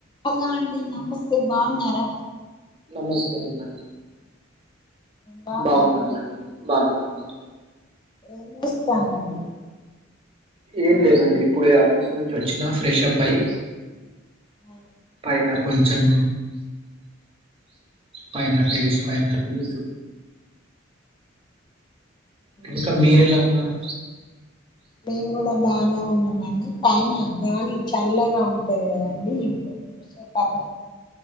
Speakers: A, on the left; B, on the right.
A: Hello అండి నమస్తే బాగున్నారా
B: నమస్తే మేడం
A: బాగున్నారా
B: బాగున్నామ అండి బాగున్నాం అ
A: ఏం చేస్తన్నారు
B: ఏం లేదండి ఇప్పుడ ఆఫీస్ నుంచి వచ్చినా ఫ్రెషప్ అయి
A: అ
B: పైన కొంచెం పైన టెరిస్ పైనన్నా ఇంకా
A: మీద
B: మీర ఎలా ఉన్నారు
A: మేము కూడా బాగా ఉన్నామ అండి పైన గాలి చల్లగా ఉంటది కదండి ఇప్పుడు కషకాల